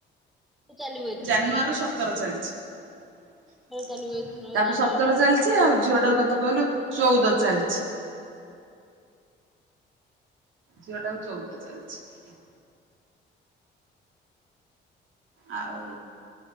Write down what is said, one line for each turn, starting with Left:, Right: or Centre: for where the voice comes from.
Centre: ଚାଲିବ ଏଥରକ
Right: ଜାନୁଆରୀରୁ ସତର ଚାଲିଛି।
Centre: ଚାଲିବ ଏଥର
Right: ତାକୁ
Centre: ଜାନୁଆରୀରୁ
Right: ସତର ଚାଲିଛି ଆଉ ଝୁଅଟାକୁ କେତେ କହିଲୁ, ଚଉଦ ଚାଲିଛି। ଝିଅଟାକୁ ଚଉଦ ଚାଲିଛି। ଆଉ,